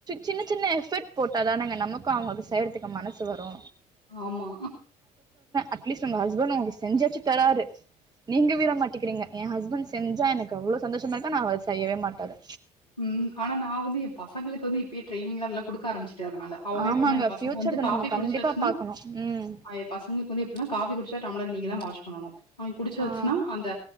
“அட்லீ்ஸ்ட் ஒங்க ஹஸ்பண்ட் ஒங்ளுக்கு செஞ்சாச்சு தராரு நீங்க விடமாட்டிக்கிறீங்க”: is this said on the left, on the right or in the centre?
Right